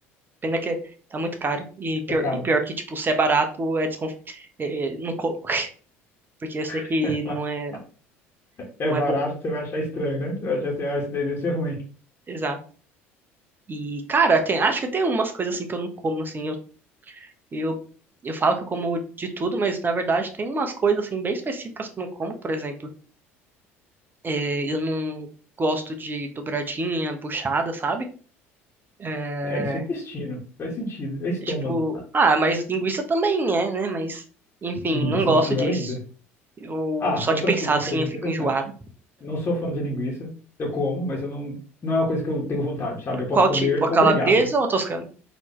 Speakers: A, on the right; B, on the left.
A: Pena que tá muito caro. E pior,
B: é caro.
A: e pior que, tipo, se é barato, é desconf... é, é, não como. <laughs> Porque eu sei que
B: <laughs>
A: não é,
B: É
A: não
B: barato,
A: é bom.
B: você vai achar estranho, né? Você vai achar assim, ah, isso daí deve ser ruim.
A: Exato. E, cara, tem, acho que tem umas coisas assim que eu não como, assim. Eu, eu, eu falo que eu como de tudo, mas na verdade tem umas coisas assim bem específicas que eu não como, por exemplo. é, eu não gosto de dobradinha, buchada, sabe? É,
B: É, isso é intestino, faz sentido, é estômago.
A: é tipo,
B: Ah,
A: ah, mas linguiça também é, né? Mas, enfim,
B: Linguiça
A: não gosto
B: ainda é pior
A: disso.
B: ainda.
A: Eu,
B: Ah,
A: só
B: outra
A: de pensar
B: co- uma
A: assim
B: coisa
A: eu
B: interessante.
A: fico enjoado.
B: Não sou fã de linguiça. Eu como, mas eu não, não é uma coisa que eu tenho vontade, sabe? Eu posso
A: Qual
B: comer,
A: tipo? A
B: obrigado,
A: calabresa ou a toscana?